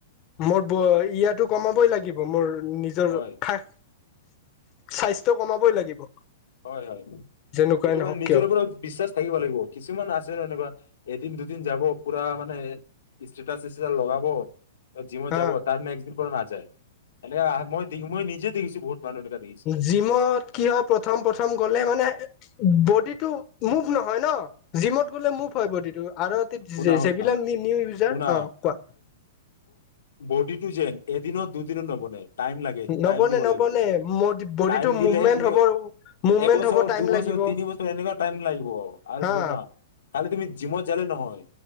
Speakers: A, on the left (about 30°); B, on the left (about 85°).
A: মোৰ ব ইয়াতো কমাবই লাগিব মোৰ নিজৰ
B: হয়
A: ঠাক স্বাস্থ্য কমাবই লাগিব
B: হয় হয়
A: যেনেকুৱাই
B: এইটো
A: নহওক
B: মানে নিজৰ
A: কিয়
B: ওপৰত বিশ্বাস থাকিব লাগিব কিছুমান আছে ন এনেকুৱা এদিন দুদিন যাব পুৰা মানে ষ্টেটাছ চিষ্টেটাছ লগাব জিমত
A: হা
B: যাব তাৰ নেক্সট দিন পৰা নাযায় এ মই দেখি মই নিজে দেখিছোঁ বহুত মানুহ এনেকা দেখিছোঁ
A: জিমত কি হয় প্ৰথম প্ৰথম গ'লে মানে বডিটো মুভ নহয় ন জিমত গ'লে মুভ হয় বডিটো আৰু
B: শুনা
A: যেই
B: শুনা
A: যেইবিলাক নিউ ইউজাৰ
B: শুনা
A: অ কোৱা
B: বডি টো যেন এদিনত দুদিনত নবনে টাইম লাগে
A: নবনে
B: টাইম দিব
A: নবনে
B: লাগিব
A: বডিটো
B: টাইম দিলেহে
A: মুভমেন্ট
B: তুমি
A: হ'ব মুভমেন্ট
B: এবছৰ
A: হ'ব টাইম
B: দুবছৰ
A: লাগিব
B: তিনি বছৰ এনেকুৱা টাইম লাগিব আৰু
A: হা
B: শুনা জিমত জালে নহয়